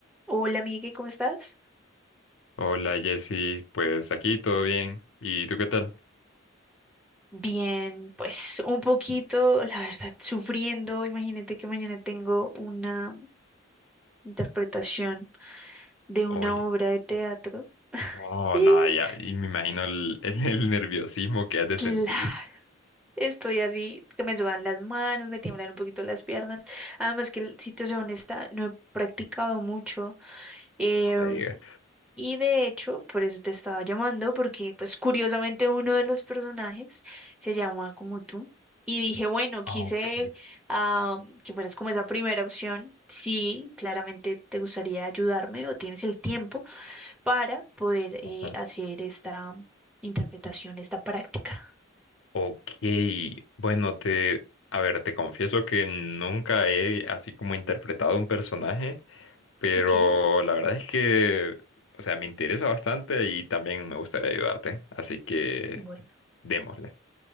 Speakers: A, in the centre; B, on the left.
A: Hola, Miguel, ¿cómo estás?
B: Hola Jessy, pues aquí todo bien. ¿Y tú qué tal?
A: Bien, pues un poquito, la verdad, sufriendo. Imagínate que mañana tengo una interpretación de una
B: Oye,
A: obra de teatro.
B: oh,
A: Sí,
B: nada, ya, y me imagino el, <laughs> el- nerviosismo que has de
A: claro.
B: sentir.
A: Estoy así, que me sudan las manos, me tiemblan un poquito las piernas. Además que, si te soy honesta, no he practicado mucho. em,
B: No me digas.
A: Y de hecho, por eso te estaba llamando, porque pues curiosamente uno de los personajes se llama como tú. Y dije, bueno, quise
B: Ah, Ok,
A: ah, que fueras como esa primera opción. Sí, claramente te gustaría ayudarme o tienes el tiempo para poder eh,
B: ajá.
A: hacer esta interpretación, esta práctica.
B: ok, bueno, te, a ver, te confieso que nunca he así como interpretado un personaje, pero
A: Ok,
B: la verdad es que, o sea, me interesa bastante y también me gustaría ayudarte, así que
A: bueno.
B: démosle.